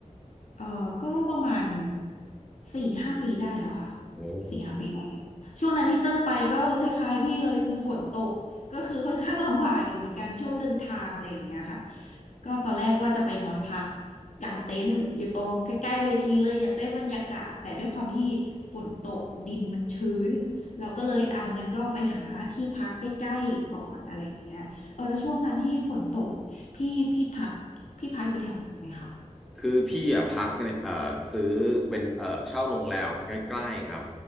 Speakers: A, on the left; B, in the centre.
A: เออก็ประมาณสี่ห้าปีได้แล้วค่ะ
B: โอ้
A: สี่ห้าปีได้แล้วช่วงนั้นที่เต้นไปก็คล้ายๆพี่เลยคือฝนตกก็คือค่อนข้างลำบากอยู่เหมือนกันช่วงเดินทางอะไรอย่างเงี้ยค่ะก็ตอนแรกว่าจะไปนอนพักกางเต็นท์อยู่ตรงใกล้ๆเวทีเลยอยากได้บรรยากาศแต่ด้วยความที่ฝนตกดินมันชื้นเราก็เลยอ่างั้นก็ไปหาที่พักใกล้ๆก่อนอะไรอย่างเงี้ยเออแล้วช่วงนั้นที่ฝนตกพี่พี่พักพี่พักอยู่แถวนั้นไหมคะ
B: คือพี่อ่ะพักเนี่ยเอ่อซื้อเป็นเอ่อเช่าโรงแรมใกล้ๆครับ